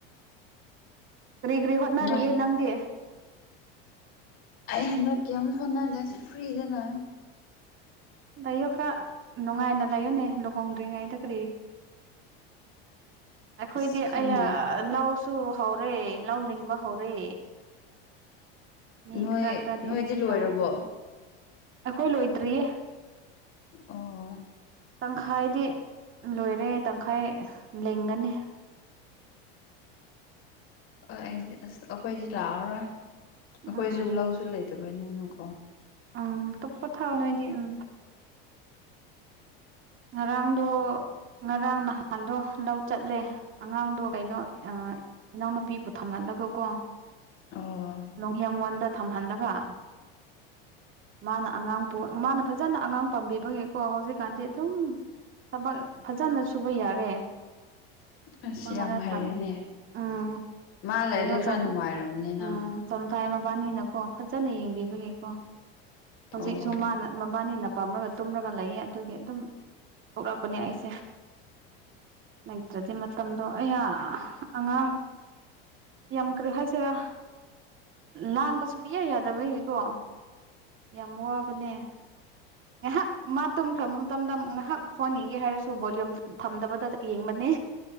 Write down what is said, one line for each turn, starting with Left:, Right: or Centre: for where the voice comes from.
Right: ꯀꯔꯤ ꯍꯣꯠꯅꯔꯤꯒꯦ
Left: ꯅꯣꯏ
Right: ꯅꯪꯗꯤ
Left: ꯑꯩ ꯍꯟꯗꯛꯀꯤ ꯌꯥꯝ ꯍꯣꯠꯅꯖꯁꯨ ꯐ꯭ꯔꯤꯗ ꯂꯥꯛꯦ
Right: ꯂꯩꯌꯣ ꯈꯔ ꯅꯨꯡꯉꯥꯏꯅ ꯂꯩꯌꯣꯅꯦ ꯂꯨꯍꯣꯡꯗ꯭ꯔꯤꯉꯩꯗ ꯀꯔꯤ <inaudible> ꯑꯩꯈꯣꯏꯗꯤ
Left: ꯑꯁ ꯈꯪꯗꯦ
Right: ꯑ ꯂꯧꯁꯨ ꯍꯧꯔꯦ ꯂꯧ ꯂꯤꯡꯕ ꯍꯧꯔꯦ ꯃꯤ
Left: ꯅꯣꯏ
Right: ꯈꯔ ꯈꯔꯗꯤ
Left: ꯅꯣꯏꯗꯤ ꯂꯣꯏꯔꯕꯣ
Right: ꯂ ꯑꯩꯈꯣꯏ ꯂꯣꯏꯗ꯭ꯔꯤꯌꯦ
Left: ꯑꯣ
Right: ꯇꯪꯈꯥꯏꯗꯤ ꯂꯣꯏꯔꯦ ꯇꯪꯈꯥꯏ ꯂꯦꯡꯒꯅꯤ
Left: ꯑꯩꯗꯤ ꯑꯁ ꯑꯩꯈꯣꯏꯗꯤ ꯂꯥꯛꯑꯔꯣꯏ ꯑꯩꯈꯣꯏꯁꯨ
Right: ꯎꯝ
Left: ꯂꯧꯁꯨ ꯂꯩꯇꯕꯩ ꯅꯪꯅ ꯀꯣ
Right: ꯎꯝ ꯇꯞ ꯄꯊ ꯅꯣꯏꯗꯤ ꯎꯝ ꯉꯔꯥꯡꯗ ꯉꯔꯥꯡ ꯅꯍꯥꯟꯗꯣ ꯂꯧ ꯆꯠꯂꯦ ꯑꯉꯥꯡꯗꯣ ꯀꯩꯅꯣ ꯏꯅꯥꯎꯅꯨꯄꯤꯕꯨ ꯊꯝꯍꯜꯂꯒꯀꯣ
Left: ꯑꯣ
Right: ꯅꯨꯡꯍꯦꯝꯉꯣꯟꯗ ꯊꯝꯍꯜꯂꯒ ꯃꯥꯅ ꯑꯉꯥꯡ ꯃꯥꯅ ꯐꯖꯅ ꯑꯉꯥꯡ ꯄꯥꯝꯕꯤꯕꯒꯤꯀꯣ ꯍꯧꯖꯤꯛꯀꯥꯟꯗꯤ ꯑꯗꯨꯝ ꯊꯕꯛ ꯐꯖꯅ ꯁꯨꯕ ꯌꯥꯔꯦ
Left: ꯑꯁ
Right: ꯃꯉꯣꯟꯗ
Left: ꯌꯥꯝ ꯍꯩꯔꯦꯅꯦ
Right: ꯊꯝꯝꯕꯅꯤ ꯎꯝ
Left: ꯃꯥ ꯂꯩꯔꯗꯤ
Right: ꯀꯩꯅꯣ ꯆ
Left: ꯈꯔ ꯅꯨꯡꯉꯥꯏꯔꯕꯅꯤꯅ
Right: ꯎꯝ ꯆꯝꯊ꯭ꯔꯥꯏ ꯃꯕꯥꯅꯤꯅꯀꯣ ꯐꯖꯅ ꯌꯦꯡꯕꯤꯕꯒꯦꯀꯣ ꯍꯧꯖꯤꯛꯁꯨ
Left: ꯑꯣ
Right: ꯃꯥꯅ ꯃꯕꯥꯅꯤꯅ ꯄꯥꯝꯂꯒ ꯇꯨꯝꯔꯒ ꯂꯩꯌꯦ ꯑꯗꯨꯒꯤ ꯑꯗꯨꯝ ꯊꯣꯛꯂꯛꯄꯅꯦ ꯑꯩꯁꯦ ꯂꯩꯇ꯭ꯔꯗꯤ ꯃꯇꯝꯗꯣ ꯑꯌꯥ ꯑꯉꯥꯡ ꯌꯥꯝꯈ꯭ꯔꯦ ꯍꯥꯏꯁꯤꯔꯥ ꯂꯥꯡꯕ ꯁꯨꯌꯥ ꯌꯥꯗꯕꯒꯤꯀꯣ ꯌꯥꯝ ꯋꯥꯕꯅꯦ ꯉꯥꯏꯍꯥꯛ ꯃꯥ ꯇꯨꯝꯈ꯭ꯔꯕ ꯃꯇꯝꯗ ꯉꯥꯏꯍꯥꯛ ꯐꯣꯟ ꯌꯦꯡꯒꯦ ꯍꯥꯏꯔꯁꯨ ꯚꯣꯂꯌꯨꯝ ꯊꯝꯗꯕꯗ ꯌꯦꯡꯕꯅꯤ